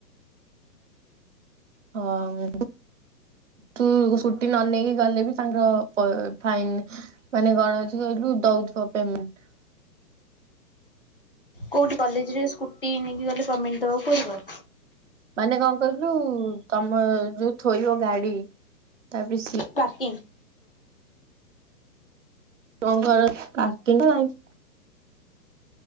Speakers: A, on the right; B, on the left.
A: ହଁ <unintelligible> ତୁ ସ୍କୁଟି ନ ନେଇକି ଗଲେ ବି ତାଙ୍କ ପ ଫାଇନ୍। ମାନେ ଗଣ ଅଛି କହିଲୁ ଦଉଥିବ ପେମେଣ୍ଟ।
B: କୋଉଠି କଲେଜରେ ସ୍କୁଟି ନେଇକି ଗଲେ ସମିନ ଦବାକୁ ପଡିବ।
A: ମାନେ କଣ କିହିିଲୁ ତମ ଯୋଉ ଥୋଇବ ଗାଡି ତାପରେ ସି
B: ପାର୍କିଂ <unintelligible>
A: <unintelligible>